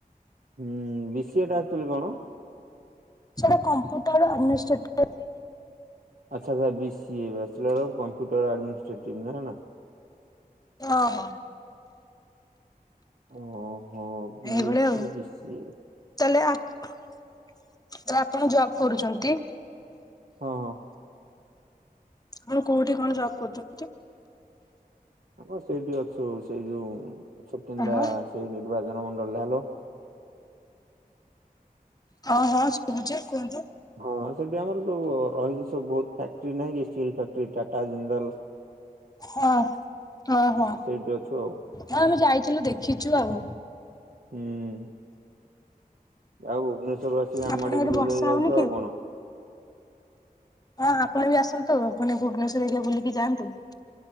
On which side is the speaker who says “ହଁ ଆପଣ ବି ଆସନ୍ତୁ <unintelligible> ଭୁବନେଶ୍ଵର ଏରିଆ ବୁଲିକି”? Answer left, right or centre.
Left